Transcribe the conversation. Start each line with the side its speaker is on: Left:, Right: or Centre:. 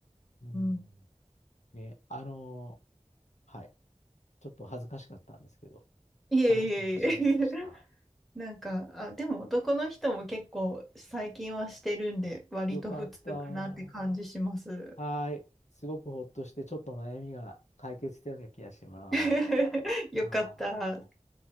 Left: うん。
Centre: ん。
Left: ね、あの、はい。ちょっと恥ずかしかったんですけど、
Centre: いえいえいえいえ。
Left: 話してみてしまいました。
Centre: <laughs> なんか、あ、でも男の人も結構最近はしてるんで、割と普通かなって感じします。
Left: よかった。はーい。すごくほっとして、ちょっと悩みが解決したような気がします。
Centre: <laughs> よかった。
Left: は